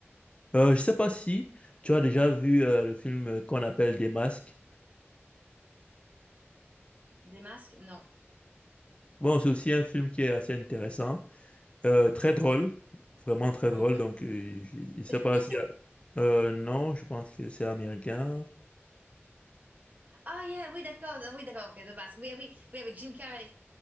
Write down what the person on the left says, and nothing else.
Euh, je sais pas si tu as déjà vu euh, le film qu'on appelle Des Masques.
Bon, c'est aussi un film qui est assez intéressant, euh, très drôle, vraiment très
drôle. Donc, euh, je je sais
pas si... Euh, non, je pense que c'est américain.